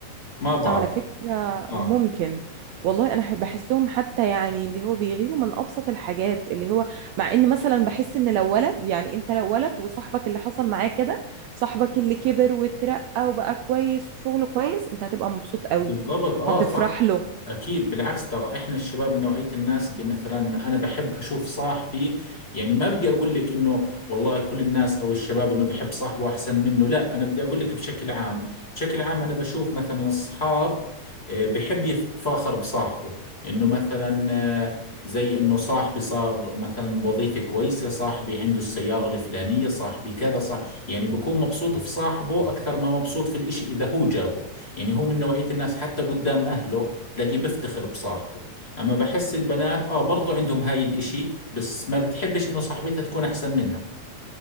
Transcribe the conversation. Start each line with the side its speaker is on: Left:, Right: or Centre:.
Left: ما بعرف
Right: على فكرة
Left: آه
Right: ممكن والله انا ح- بحسهم حتى يعني اللي هو بيغيروا من ابسط الحاجات اللي هو مع ان مثلا بحس ان لو ولد يعني انت لو ولد وصاحبك اللي حصل معاه كده صاحبك اللي كبر واترقى وبقى كويس وشغله كويس انت هتبقى مبسوط قوي
Left: بالضبط اه
Right: هتفرح
Left: صح
Right: له
Left: اكيد بالعكس ترى احنا الشباب من نوعية الناس اللي مثلا انا بحب اشوف صاحبي يعني ما بدي اقول لك انه والله كل الناس او الشباب انه بحب صاحبه احسن منه لا انا بدي اقول لك بشكل عام بشكل عام انا بشوف مثلا اصحاب آه، بحب يتفاخر بصاحبه انه مثلا آه، زي انه صاحبي صار مثلا بوظيفة كويسة صاحبي عنده السيارة الفلانية صاحبي كذا صاحبي يعني بكون مبسوط في صاحبه اكثر ما مبسوط في الاشي اذا هو جابه يعني هو من نوعية الناس حتى قدام أهله تلاقيه بيفتخر بصاحبه أما بحس البنات آه برضو عندهم هاي الإشي بس ما بتحبش إنه صاحبتها تكون أحسن منها